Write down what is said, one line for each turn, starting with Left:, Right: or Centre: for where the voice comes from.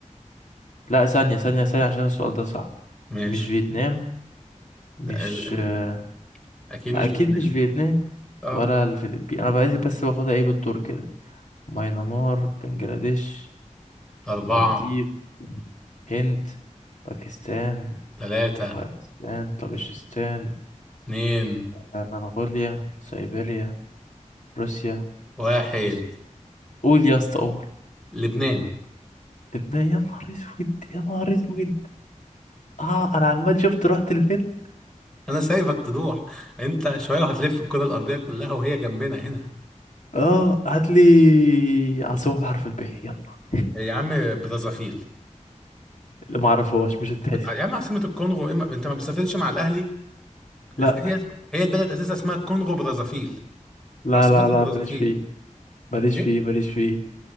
Left: لا ثانية ثانية ثانية عشان السؤال ده صعب
Centre: ماشي
Left: مش فيتنام مش
Centre: لا، ال-
Left: آه
Centre: اكيد
Left: ما
Centre: مش
Left: أكيد
Centre: بتنام
Left: مش فيتنام
Centre: اه
Left: ولا الفلبين أنا بقى بس باخدها إيه بالدور كده ماينمار بنجلاديش
Centre: أربعة
Left: مالديف هند باكستان
Centre: ثلاثة
Left: افغانستان طاجيكستان
Centre: اتنين
Left: آه، منغوليا سيبيريا روسيا
Centre: واحد
Left: بص، قول يا اسطى قول
Centre: لبنان
Left: لبنان يا نهار اسود يا نهار اسود اه انا عمال شفت رحت لفين
Centre: انا سايبك تروح انت شويه وهتلف الكره الارضيه كلها وهي جنبنا هنا
Left: اه هات لي عاصمة بحرف الب يلا
Centre: يا عم برازافيل
Left: اللي ما اعرفهاش مش هتتحسب
Centre: ب- يا عم عاصمه الكونغو إيه ما- انت ما بتسافرش مع الاهلي
Left: لا
Centre: هي هي البلد اساسا اسمها الكونغو برازافيل
Left: لا
Centre: عاصمتها
Left: لا لا
Centre: برازافيل
Left: ماليش فيه ماليش
Centre: ايه
Left: فيه ماليش فيه